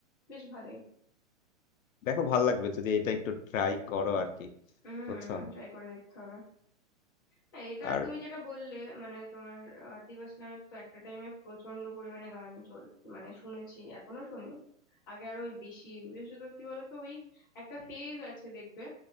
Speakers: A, on the left (about 15°); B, on the left (about 85°).
A: বেশ ভালোই
B: দেখো ভালো লাগবে যদি এটা একটু ট্রাই করো আর কি
A: হুম
B: বুঝছো
A: ট্রাই করে দেখতে হবে হ্যাঁ এটা
B: আর
A: তুমি যেটা বললে মানে তোমার আতিফ আসলামের তো একটা টাইমে প্রচন্ড পরিমাণে গান চল মানে শুনেছি এখনো শুনি আগে আরো ওই বেশি বিশেষত কি বলতো ওই একটা ফেজ আছে দেখবে